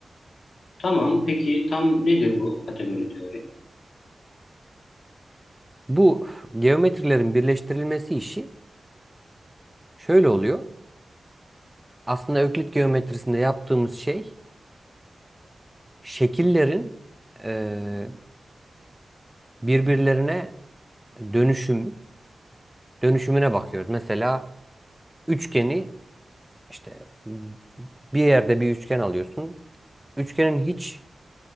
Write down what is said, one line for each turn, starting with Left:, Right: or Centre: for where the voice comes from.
Left: Tamam. Peki tam nedir bu kategori teori?
Centre: Bu geometrilerin birleştirilmesi işi şöyle oluyor. Aslında Öklit geometrisinde yaptığımız şey şekillerin eee, birbirlerine dönüşümü, dönüşümüne bakıyoruz. Mesela üçgeni İşte bir yerde bir üçgen alıyorsun. Üçgenin hiç